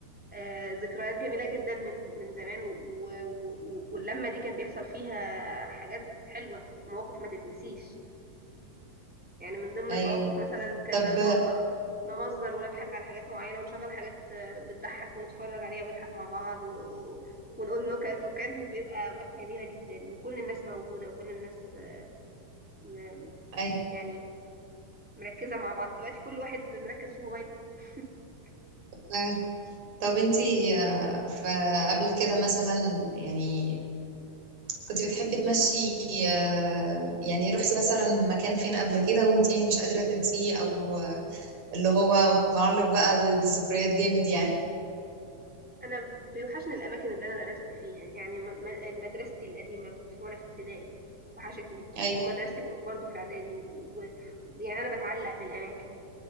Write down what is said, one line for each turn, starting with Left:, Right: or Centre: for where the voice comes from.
Centre: آه، ذكريات جميلة جدا من من زمان و- و- و- واللمة دي كان بيحصل فيها حاجات حلوة مواقف ما تتنسيش يعني من ضمن
Right: ايوه
Centre: المواقف مثلا كنا
Right: طب
Centre: نقعد نه- نهزر ونضحك على حاجات معينة ونشغل حاجات آه، بتضحك ونتفرج عليها ونضحك مع بعض و... و- ونقول نكت وكان بيبقى أوقات جميلة جدا كل الناس موجودة وكل الناس آه، م...
Right: ايوه
Centre: يعني مركزة مع بعض دلوقتي كل واحد مركز في موبايله <laughs>
Right: فعلا. طب انتي آه، فقبل كده مثلا يعني كنت بتحبي تمشي آه، يعني رحتي مثلا مكان فين قبل كده وانتي مش قادرة تنسيه او اللي هو متعلق بقى ب- بالذكريات جامد يعني
Centre: أنا بيوحشني الأماكن اللي أنا درست فيها يعني م- م- مدرستي القديمة وأنا في ابتدائي وحشتني
Right: ايوه
Centre: ومدرستي ب- برضو في إعدادي ويعني و... و... يعني أنا بتعلق بالأماكن